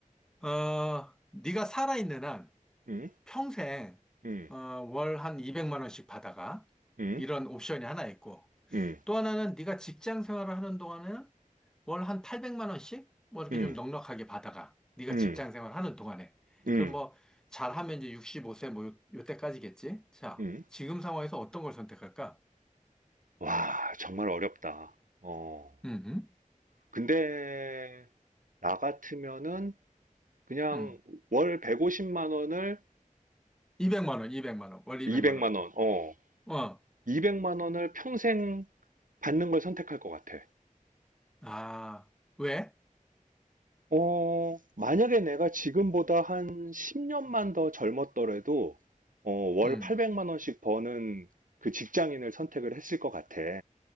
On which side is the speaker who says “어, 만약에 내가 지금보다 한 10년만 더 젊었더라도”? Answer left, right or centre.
Right